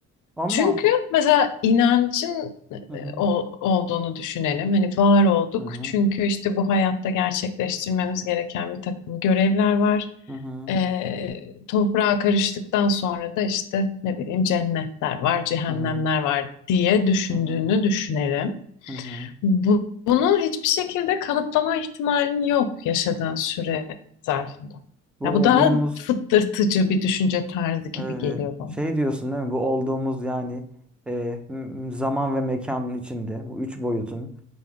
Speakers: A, in the centre; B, on the left.
A: Ama
B: Çünkü mesela inancın e,
A: hı hı
B: ol- olduğunu düşünelim. Hani var olduk
A: hı hı
B: çünkü işte bu hayatta gerçekleştirmemiz gereken bir takım görevler var.
A: hı hı hı
B: E, toprağa karıştıktan sonra da işte ne bileyim cennetler var, cehennemler
A: hı
B: var diye düşündüğünü
A: hı hı.
B: düşünelim.
A: hı
B: Bu- bunu hiçbir şekilde kanıtlama ihtimalin yok yaşadığın süre zarfında.
A: Bu
B: Ya bu
A: olduğumuz
B: daha fıttırtıcı bir düşünce tarzı gibi
A: evet
B: geliyor bana.
A: şey diyorsun değil mi? Bu olduğumuz yani e, m- zaman ve mekanın içinde bu üç boyutun